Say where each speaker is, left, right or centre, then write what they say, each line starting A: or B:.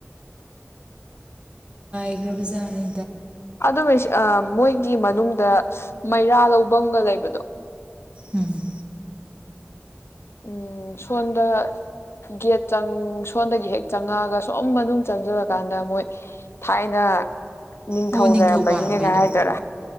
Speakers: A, on the right; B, on the left.
A: ꯂꯩ꯭ꯔꯕ ꯆꯥꯇꯅꯤ
B: ꯑꯗꯨ ꯃꯤꯁ ꯃꯣꯏꯒꯤ ꯃꯅꯨꯡꯗ ꯃꯩꯔꯥ ꯂꯧꯕꯒ ꯂꯩꯕꯗꯣ
A: ꯎꯝ
B: ꯎꯝ ꯁꯣꯟꯗ ꯒꯦꯠ ꯆꯥꯡ ꯁꯣꯟꯗꯒꯤ ꯍꯦꯛ ꯆꯪꯉꯛꯑꯒ ꯁꯨꯝ ꯃꯅꯨꯡ ꯆꯪꯖꯔꯀꯥꯟꯗ ꯃꯣꯏ ꯊꯥꯏꯅ ꯅꯤꯡꯊꯧ
A: ꯑꯣ
B: ꯂꯩꯔꯝꯕꯒꯤꯅꯦꯒ
A: ꯄꯥꯜꯂꯝꯕꯩꯗꯣ
B: ꯍꯥꯏꯗꯣꯏꯔꯥ